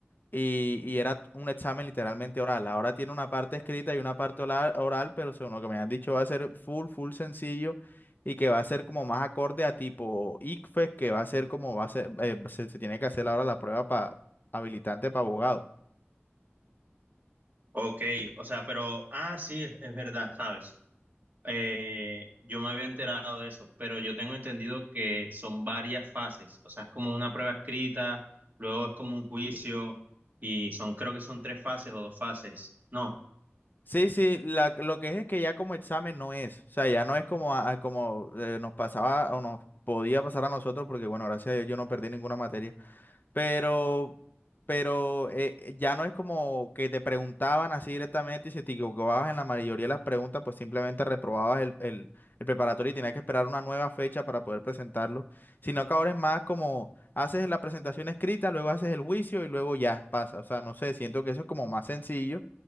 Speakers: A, on the left; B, on the right.
A: y, y era un examen literalmente oral. Ahora tiene una parte escrita y una parte oral, oral, pero según lo que me han dicho va a ser full, full sencillo y que va a ser como más acorde a tipo ICFES, que va a ser como va a ser, eh, se, se tiene que hacer ahora la prueba pa- habilitante para abogado.
B: Ok, o sea, pero, ah, sí, es es verdad, ¿sabes? Eh, yo me había enterado de eso, pero yo tengo entendido que son varias fases, o sea, es como una prueba escrita, luego es como un juicio y son, creo que son tres fases o dos fases. No,
A: Sí, sí, la- lo que es es que ya como examen no es, o sea, ya no es como, a- a- como eh, nos pasaba o nos podía pasar a nosotros, porque bueno, gracias a Dios yo no perdí ninguna materia, pero, pero eh, eh, ya no es como que te preguntaban así directamente y si te equivocabas en la mayoría de las preguntas, pues simplemente reprobabas el, el, el preparatorio y tenías que esperar una nueva fecha para poder presentarlo, sino que ahora es más como haces la presentación escrita, luego haces el juicio y luego ya pasa, o sea, no sé, siento que eso es como más sencillo.